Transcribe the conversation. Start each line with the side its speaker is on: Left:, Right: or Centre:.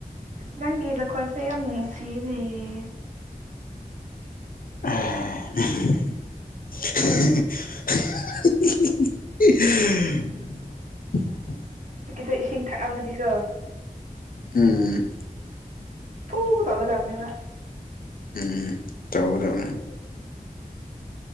Right: ꯅꯪꯒꯤ ꯅꯈꯣꯟꯁꯦ ꯌꯥꯝ ꯅꯨꯡꯁꯤꯅꯦꯌꯦ
Left: <unintelligible> <inaudible> <inaudible> <inaudible> <inaudible>
Right: ꯍꯧꯖꯤꯀꯤꯗ ꯏꯁꯤꯡ ꯊꯛꯑꯝꯃꯗꯤꯀꯣ
Left: ꯎꯝ
Right: ꯍ ꯇꯧꯒꯗꯕꯅꯤꯕ
Left: ꯎꯝ ꯇꯧꯒꯗꯕꯅꯦ